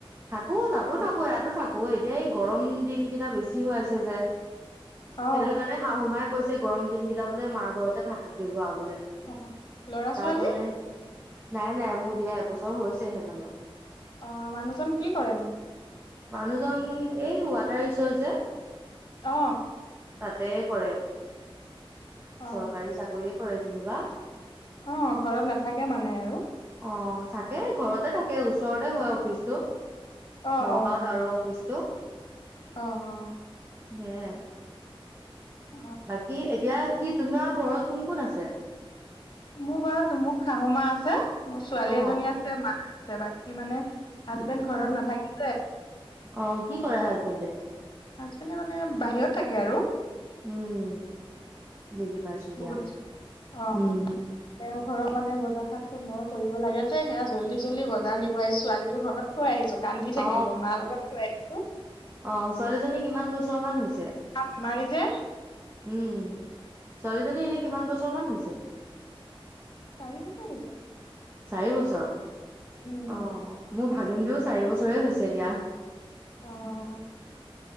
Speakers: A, on the right; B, on the left.
A: থাকো তাতো
B: অ
A: থাকো ইয়াতো থাকো। অ, এতিয়া এই গৰম দিনকেইটা বেছি হৈ আছে যে।
B: অ
A: সেইটো কাৰণে শাহু মাক কৈছে গৰম দিনকেইটা বোলে মাৰ ঘৰতে থাকাকে যোৱা বোলে।
B: অ ল'ৰা ছোৱালী
A: তাত মানে, নাই- নাই মোৰ বিয়া এবছৰ হৈছেহে মানে।
B: অ, মানুহজন কি কৰেনো?
A: মানুহজন এই ৱাটাৰ ৰিচৰ্চ যে,
B: অ।
A: তাতে কৰে।
B: অ
A: চৰকাৰী- চাকৰিয়ে কৰে যেনিবা।
B: অ। ঘৰত নাথাকে মানে আৰু
A: অ, থাকে ঘৰতে থাকে। তেই ওচৰতে হয় অফিচটো,
B: অ
A: নগাঁওত
B: হয়
A: আৰু অফিচটো।
B: অ- অ।
A: হেয়া।
B: অ
A: বাকী এতিয়া কি তোমাৰ ঘৰত কোন- কোন আছে?
B: মোৰ ঘৰত মোৰ শাহু মা আছে, মোৰ ছোৱালী
A: অ
B: এজনী আছে মা। বাকী মানে হাজবেণ্ড
A: অ
B: ঘৰত নাথাকি যে
A: অ কি কৰে হাজবেণ্ডে
B: হাজবেণ্ডে মানে বাহিৰত থাকে আৰু।
A: উম, বুজি পাইছো দিয়া।
B: বহুত অ
A: উম,
B: অ তেওঁ ঘৰৰ মানে বজাৰাত চব মই কৰিব লাগে যে। সেয়া জল্দি- জল্দি বজাৰ নিব আহিছো। ছোৱালী ঘৰত থৈ আহিছো। কান্দি
A: অ
B: থাকিব মাৰ লগত থৈ আহিছোঁ।
A: অ, ছোৱালীজনী কিমান বছৰ মান হৈছে?
B: বেমাৰী যে
A: উম। ছোৱালীজনী এনে কিমান বছৰ মান হৈছে
B: চাৰি বছৰ হৈছে।
A: চাৰি বছৰ
B: উম
A: অ মোৰ ভাগিনটোও চাৰি বছৰে হৈছে দিয়া
B: অ